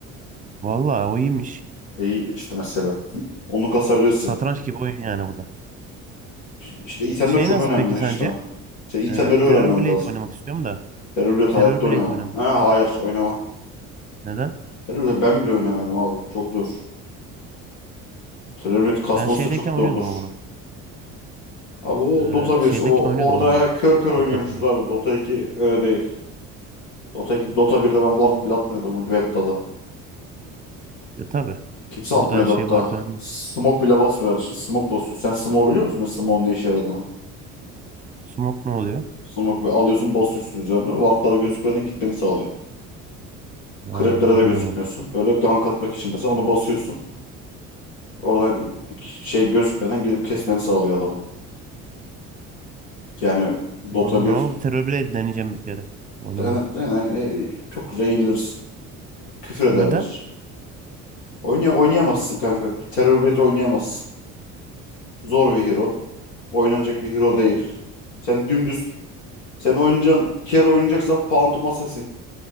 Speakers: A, on the right; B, on the left.
A: Vallahi o iyiymiş.
B: E, işte mesela. Onu kasabilirsin.
A: Satranç gibi oyun yani bu da.
B: İşte itemler
A: Şey
B: çok
A: nasıl
B: önemli
A: peki sence?
B: işte. İşte itemleri
A: Ee,
B: öğrenmem
A: Terror Blade
B: lazım.
A: oynamak istiyorum da.
B: Terörblet
A: Terror
B: hayatta
A: Blade
B: oynama.
A: oynamak
B: Ha,
A: istiyorum.
B: hayır oynama.
A: Neden?
B: Terörblet ben bile oynamıyorum abi. Çok zor. Terörblet kasması
A: Ben şeydeyken
B: da çok
A: oynuyordum
B: zordur.
A: ama bunu.
B: Abi o
A: Ee,
B: Dota 1.
A: şeydeyken
B: O,
A: oynuyordum
B: orada
A: ben bunu.
B: kör kör oynuyormuşuz
A: Dota 1'de.
B: abi. Dota 2 öyle değil. Dota, iki- Dota 1'de ben ward bile atmıyordum Webda'da.
A: E tabi.
B: Kimse
A: Burada
B: atmıyordu
A: her şey
B: hatta.
A: var önemli.
B: Smoke bile basmıyorlar. Şimdi smoke basıyor. Sen smoke biliyor musun? Smoke'un ne işe yaradığını.
A: Smoke ne oluyor?
B: Smoke böyle alıyorsun basıyorsun üzerine. Ward'lara gözükmeden gitmeni sağlıyor.
A: Ha,
B: Creep'lere
A: bilmiyorum
B: de gözükmüyorsun.
A: onu.
B: Böyle gank atmak için mesela onu basıyorsun. Oradan i- iki- şey gözükmeden gelip kesmeni sağlıyor adamı. Yani
A: Ama
B: Dota
A: bilmiyorum
B: bir
A: ama Terror Blade deneyeceğim bir kere oynamaya.
B: dene, dene, e, çok güzel yenilirsin. Küfür ederler.
A: Neden?
B: Oynaya, oynayamazsın kanka. Terör Raid oynayamazsın. Zor bir hero. Oynanacak bir hero değil. Sen dümdüz Sen oynayacaksın. Kero oynayacaksan Phantom Assassin.